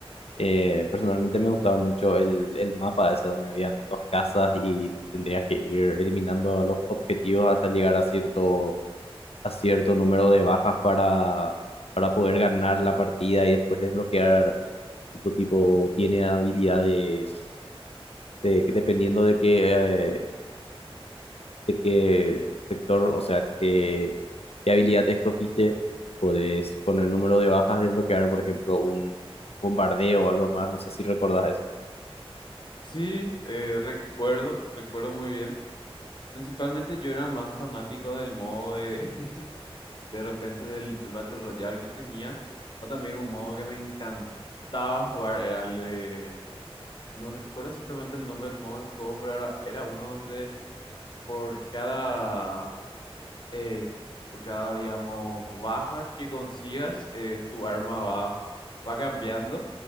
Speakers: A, on the left; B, on the left.
A: Eh, personalmente me gustaba mucho el, el mapa ese donde habían dos casas y tendrías que ir eliminando a los objetivos hasta llegar a cierto, a cierto número de bajas para, para poder ganar la partida y después desbloquear, tipo, tipo tiene habilidades de, que dependiendo de qué, eh, de qué sector, o sea, qué, qué habilidad escogiste, podés con el número de bajas desbloquear, por ejemplo, un bombardeo o algo más, no sé si recordás eso.
B: Sí, eh, recuerdo, recuerdo muy bien. Principalmente yo era más fanático del modo de, <laughs> de repente del, del Battle Royale que tenía, o también un modo que me encantaba jugar, era el de, no recuerdo exactamente el nombre del modo de juego, pero era, era uno donde por cada eh, por cada, digamos, baja que consigas, eh, tu arma va, va cambiando.